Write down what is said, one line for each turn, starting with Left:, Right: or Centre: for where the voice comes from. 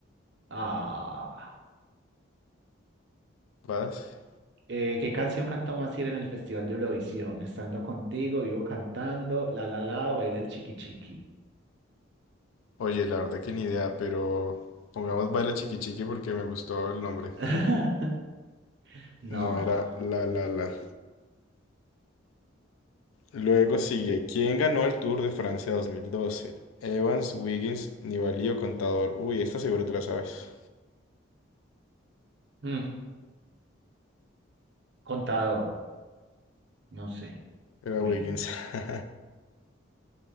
Right: Ah.
Left: <laughs> Vas.
Right: Eh, ¿qué canción cantamos así en el Festival de Eurovisión? Estando contigo, vivo cantando, la la la, baila el chiqui chiqui.
Left: Oye, la verdad que ni idea, pero pongamos Baila Chiqui Chiqui porque me gustó el nombre.
Right: <laughs> No.
Left: No, era La La La. Luego sigue, ¿quién ganó el Tour de Francia 2012? Evans, Wiggins, Nibali o Contador. Uy, esta seguro te la sabes.
Right: Mm, Contador, no sé.
Left: Era
Right: Williams.
Left: Wiggins. <laughs>